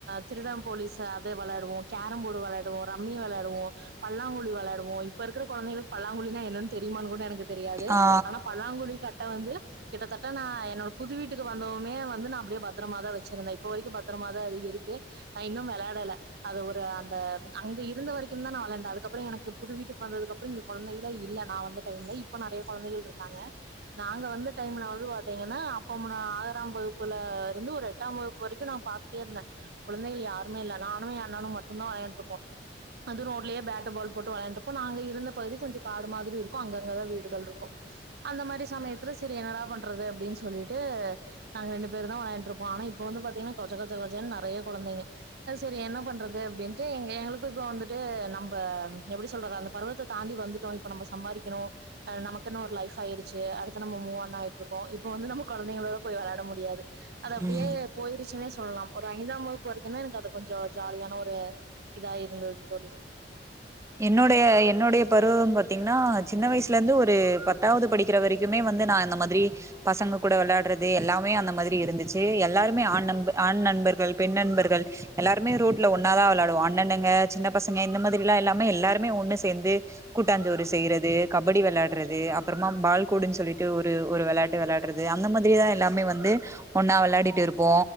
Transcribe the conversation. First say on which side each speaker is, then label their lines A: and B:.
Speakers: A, on the right (about 60°); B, on the right (about 15°).
A: திருடன் போலிஸ் அது விளாடுவோ கேரம் போர்டு விளையாடுவோ ரம்மி வெளாடுவோ பல்லாங்குழி வெளையாடுவோ இப்ப இருக்குற கொழந்தைங்களுக்கு பல்லாங்குழினா என்னன்னு தெரியுமானு கூட எனக்கு தெரியாது
B: ஆ
A: ஆனா பல்லாங்குழி கட்ட கிட்ட வந்து கிட்டத்தட்ட நா என்னோட புது வீட்டுக்கு வந்தவுமே வந்து நா அப்டியே பத்திரமாதா வெச்சிருந்தே இப்ப வரைக்கும் பத்தரமாதா அது இருக்கு நா இன்னும் விளையாடல அது ஒரு அந்த அங்க இருந்த வரைக்கும் தா நா வெள்ளாண்டே அதுக்கப்பறோ எனக்கு புது வீட்டுக்கு வந்ததுக்குப்பறோ இங்க கொழந்தைகளு இல்ல நா வந்த டைம்ல இப்ப நெறைய கொழந்தைகள் இருக்காங்க நாங்க வந்த டைம்ல வந்து பாத்தீங்கன்னா அப்ப ஆறாம் வகுப்புல இருந்து ஒரு எட்டாம் வகுப்பு வரைக்கும் நான் பாத்துட்டே இருந்தேன் கொழந்தைகள் யாருமே இல்லே நானும் என் அண்ணனும் மட்டும் தான் விளையாண்டுட்டிருப்போம் அது ரோட்லயே பேட்டு பால் போட்டு விளையாண்டுருப்போம் நாங்க இருந்த பகுதி கொஞ்சம் காடு மாதிரி இருக்கும் அங்கங்கதான் வீடுகள் இருக்கும் அந்த மாரி சமயத்துல செரிக்ஷ என்னடா பண்றது அப்படின் சொல்லிட்டு நாங்க ரெண்டு பேரும் தான் விளையாண்டுட்டிருப்போம் ஆனா இப்ப வந்து பாத்தீங்கன்னா கொஜ கொஜஜ கொஜன்னு நறைய கொழந்தைங்க செரி என்ன பண்றது அப்படின்னுட்டு எங் எங்களுக்கும் இப்போ வந்துட்டு நம்ம எப்டி சொல்றது அந்த பருவத்தை தாண்டி வந்துட்டோம் இப்ப நம்ம சம்பாதிக்கிறோம் ஹ் நம்ப நமக்குனு ஒரு லைஃப் ஆயிருச்சு அடுத்த நம்ம மூவ் ஆன் ஆயிட்ருக்கோ இப்ப வந்து நம்ம கொழைந்தைங்களோட போய் வெளாட முடியாது அது அப்படியே
B: ம்
A: போயிருச்சுன்னே சொல்லலாம் ஒரு ஐந்தாம் வகுப்பு வரைக்கும் தா எனக்கு அது கொஞ்ஜோ ஜாலியான ஒரு இதா இருந்தது தோழி
B: என்னுடைய என்னுடைய பருவம் பாத்தீங்ன்னா சின்ன வயசுலருந்து ஒரு பத்தாவது படிக்கிற வரைக்குமே வந்து நா இந்த மாதிரி பசங்க கூட வெள்ளாட்றது எல்லாமே அந்த மாதிரி இருந்துச்சு எல்லாருமே ஆண் நண்ப ஆண் நண்பர்கள் பெண் நண்பர்கள் எல்லாருமே ரோட்ல ஒன்னாதா வெள்ளாடுவோ அண்ணணுங்க சின்ன பசங்க இந்த மாதிரிலா எல்லா மே எல்லாருமே ஒன்னு சேந்து கூட்டாஞ்சோறு செய்றது கபடி வெள்ளாட்றது அப்றமா பால்கொடுன் சொல்லிட்டு ஒரு ஒரு வெள்ளாட்டு வெள்ளாட்றது அந்த மாதிரியேதா எல்லாமே வந்து ஒன்னா வெள்ளாடிட்டு இருப்போ